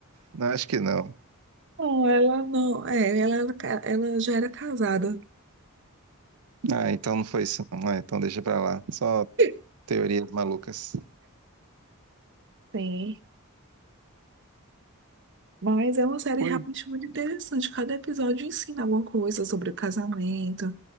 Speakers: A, on the right; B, on the right.
A: Não, acho que não.
B: Não, ela não. É, ela, era ca- ela já era casada.
A: Ah, então não foi isso. não. Ah, então deixa pra lá. Só
B: <laughs>
A: teorias malucas.
B: Sim. Mas é uma série
A: Foi.
B: realmente muito interessante. Cada episódio ensina alguma coisa sobre o casamento.